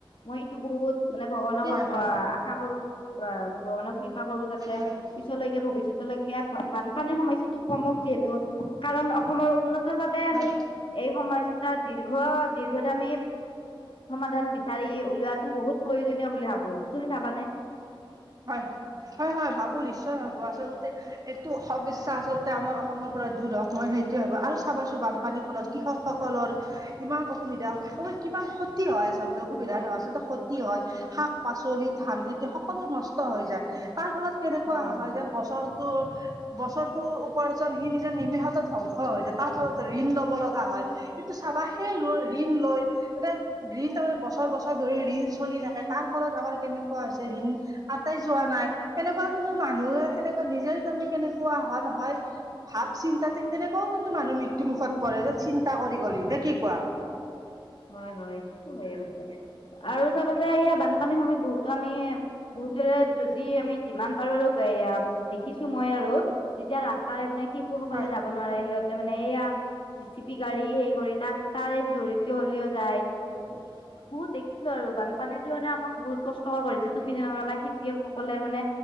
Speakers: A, on the left (about 70°); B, on the right (about 45°).
A: মইএইটো বহুত মানে ভগৱানক
B: হয় হয়
A: আহ আশা কৰো আহ ভগৱানক কৃপা কৰো যাতে
B: হয়
A: পিছলৈকে ভৱিষ্যত তলৈকে বানপানীৰ সমস্যাটো কমক যিহেতু কাৰণ অসমৰ উন্নত তৰ বহুত বাবে আমি
B: হয়
A: এই সমস্যাৰ দীৰ্ঘ দীৰ্ঘদমি সমাধান বিচাৰি ওলোৱাতো বহুত প্ৰয়োজনীয় বুলি ভাবো তুমি ভাবানে
B: হয় হয় হয় ভাবো নিশ্চয় ভাবো আচলতে এইটো সঁবিচ্ছা আচলতে আমাৰ অসমৰ পৰা দূৰ হওঁক মই সেইটোৱে ভবোঁ আৰু চাবা ছোন বানপানীৰ ফলত কৃষকসকলৰ কিমান অসুবিধা কিমান ক্ষতি হয় আচলতে সুবিধা নহয় আচলতে ক্ষতি হয় শাক পাচলি ধান খেতি সকলো নষ্ট নষ্ট হৈ যায় তাৰ ফলত কেনেকুৱা
A: হয়
B: হা
A: হয়
B: নাই যেন বছৰটো বছৰটোৰ উপাৰ্জন সি নিজে নিমিষতে ধ্বংস হৈ যায় তাৰ ফলত ঋণ ল'ব লগা হয় কিন্তু চাবা সেই ঋণ লৈ মানে ঋণ তাৰে বছৰ বছৰ ধৰি ঋণ চলি থাকে তাৰ ফলত আমাৰ কেনেকুৱা হৈছে ঋণ আতাই যোৱা নাই এনেকুৱা কিন্তু মানুহে সেনেকুৱা নিজেই তাৰমানে কেনেকুৱা হয় নহয় ভাৱ চিন্তা ঠিক তেনেকও কিন্তু মানুহ মৃত্যু মুুখত পৰে যে চিন্তা কৰি কৰি নে কি কোৱা
A: <unintelligible> হয় হয় এইটো হৈ গৈছে আৰু চাব যে এয়া বানপানীৰ সময়ত বহুতো আমি বহুত যদি আমি যিমান পাৰো আৰু দেখিছো মই আৰু যেতিয়া ৰাস্তাৰে মানে শিশু পুৰুষ সকলে
B: হয়
A: যাব নোৱাৰে সেই এয়া জি চি পি গাড়ী হে কৰি তাত তাৰে জড়িত হ'লেও যায়
B: উ <unintelligible>
A: বহুত দেখিছো আৰু বানপানীতো মানে আমাক বহুত কষ্টকৰ কৰিছে তুমি যেনেকুৱা কলা খেতিয়কসকলে মানে